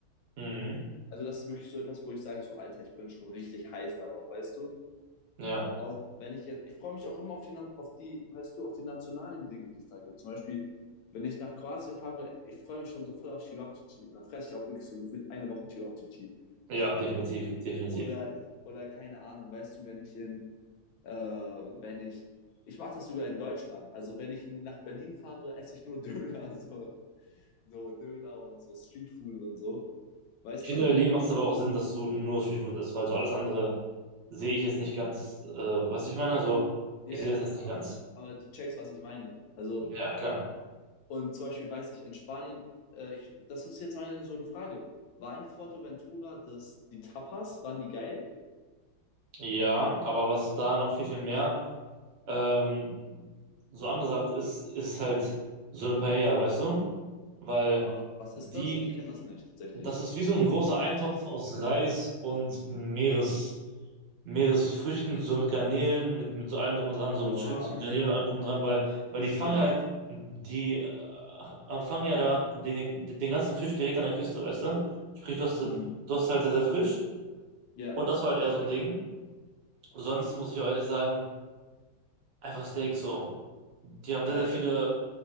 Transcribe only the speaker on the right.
Mhm.
Ja,
ja, definitiv, definitiv.
Ich finde,
in Berlin macht es aber auch Sinn, dass du nur Streetfood isst, weil so alles andere sehe ich jetzt
nicht ganz, äh, was ich meine. So,
ich
sehe das
jetzt nicht
ganz.
Ja, klar.
Ja, aber was da noch viel, viel mehr ähm, so angesagt ist, ist halt so eine Paella, weißt du? Weil
die
Das ist wie so ein großer Eintopf aus Reis und Meeres, Meeresfrüchten, so mit Garnelen, mit, mit so allem drum und dran, so
mit Schrimps und Garnelen und allem drum und dran, weil, weil die fangen
halt, die äh, äh, fangen ja da den, den ganzen Fisch direkt an der Küste, weißt du? Sprich, du hast, das-
du hast halt sehr, sehr frisch
und das war halt eher so ein Ding. Sonst muss ich auch ehrlich sagen, einfach Steak so. Die haben sehr,
sehr viele